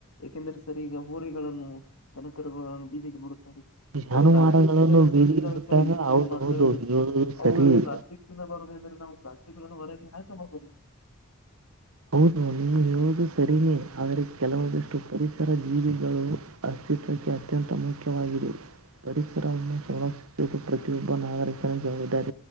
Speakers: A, on the left; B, on the right.
A: ಏಕೆಂದ್ರೆ ಸರಿ ಈಗ ಹೋರಿಗಳನ್ನು ಬನಕರುಗಳನ್ನು ಬೀದಿಗೆ <unintelligible> <unintelligible>
B: ಜಾನುವಾರುಗಳನ್ನು
A: ಅವು ಪ್ಲಾಸ್ಟಿಕ್ ಬೀದಿಗೆ ಬರುತ್ತಿದ್ದವೆ
B: ಬಿಟ್ಟಾಗ
A: ಸರ್ ಈಗಿನ
B: ಹೌದು
A: ದಿನಮಾನಗಳಲ್ಲಿ
B: ಹೌದು ಹೇಳುವುದು ಸರಿ
A: ಅವುಗಳಿಗೆ ಪ್ಲಾಸ್ಟಿಕ್ ತಿನ್ನ ಬಾರದು ಎಂದರೆ ನಾವು ಪ್ಲಾಸ್ಟಿಕ್ ಅನ್ನು ಹೊರಗೆ ಹಾಕಬಾರದು
B: ಹೌದು ನೀನು ಹೇಳುದು ಸರಿನೇ ಆದರೆ ಕೆಲವಂದಷ್ಟು ಪರಿಸರ ಜೀವಿಗಳು ಚಿತ್ರಕ್ಕೆ ಅತ್ಯಂತ ಮುಖ್ಯವಾಗಿದೆ ಪರಿಸರವನ್ನು ಸಂರಕ್ಷಿಸೋದು ಪ್ರತಿಯೊಬ್ಬ ನಾಗರಿಕರ ಜವಾಬ್ದಾರಿ